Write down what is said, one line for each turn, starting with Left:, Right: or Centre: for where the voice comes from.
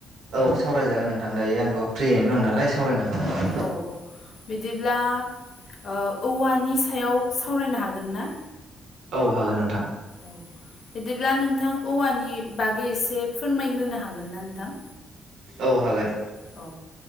Right: औ सावरायजागोन नोंथां दायो आंथ' फ्रियैनो दं नालाय सावरायनो हागोन।
Left: औ औ बिदिब्ला ओ औवानि सायाव सावरायनो हागोन ना?
Right: औ हागोन नोंथां
Left: औ बिदिब्ला नोंथां औवानि बागै एसे फोरमायग्रोनो हागोन ना नोंथां?
Right: औ हागोन
Left: औ